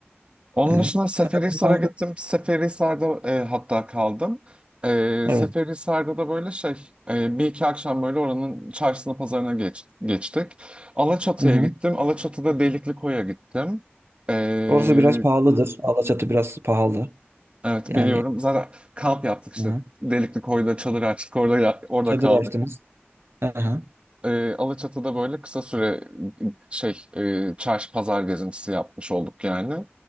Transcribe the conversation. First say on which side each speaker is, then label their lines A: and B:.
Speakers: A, on the right; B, on the right.
A: Onun
B: E,
A: dışında Seferihisar'a
B: tarihi asansör.
A: gittim. Seferihisar'da e, hatta kaldım. E,
B: Evet.
A: Seferihisar'da da böyle şey e, bir iki akşam böyle oranın çarşısına pazarına geç, geçtik. Alaçatı'ya
B: Hı hı.
A: gittim. Alaçatı'da Delikli Koy'a gittim. E,
B: Orası biraz pahalıdır. Alaçatı biraz pahalı.
A: Evet
B: Yani
A: biliyorum. Zaten kamp yaptık işte.
B: hı hı.
A: Delikli Koy'da çadır açtık. Orada ya- orada
B: çadır
A: kaldık.
B: açtınız. Hı hı.
A: Ee, Alaçatı'da böyle kısa süre şey e, çarşı pazar gezintisi yapmış olduk yani.